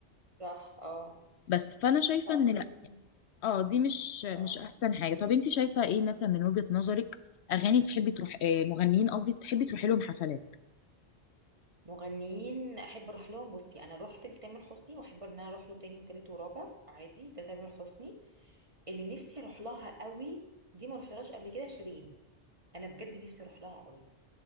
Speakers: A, on the right (about 30°); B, on the left (about 80°).
A: صح اه
B: بس فأنا شايفة
A: لا
B: إن
A: بصي
B: لأ اه دي مش مش
A: اه
B: أحسن حاجة طب انت شايفة ايه مثلا من وجهة نظرك أغاني تحبي تروح آه، مغنيين قصدي تحبي تروحي لهم حفلات
A: مغنيين احب اروح لهم بصي انا رحت لتامر حسني واحب ان انا اروح له تاني وتالت ورابع عادي ده تامر حسني اللي نفسي اروح لها قوي دي ما رحتلهاش قبل كده شيرين انا بجد نفسي اروح لها قوي